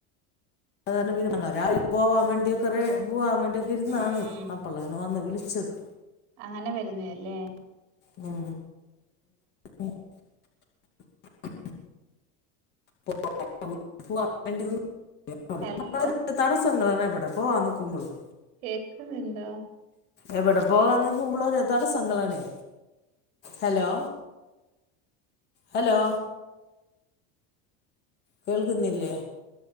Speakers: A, on the left (about 30°); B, on the right (about 60°).
A: അത്കാരണം പിന്നെ രാവിലെ പോവാൻ വേണ്ടിയൊക്കെ റെ പോവാൻ വേണ്ടി ഇത്ര്ന്നാണ്
B: ഉം ഉം
A: അപ്പളാണ് വന്ന് വിളി ച്ചത്
B: അങ്ങനെ വരുന്നാ അല്ലേ
A: ഉം <unintelligible> <unintelligible> <unintelligible>
B: ഹലോ
A: തടസ്സങ്ങള് പറഞ്ഞാ വിടെ പോവനിക്കുമ്പോളും
B: കേക്കുന്നുണ്ടാ
A: എവിടെ പോകാനിക്കോമ്പോളുരെത് തടസങ്ങളാണേ ഹലോ ഹലോ കേൾക്കുന്നില്ലേ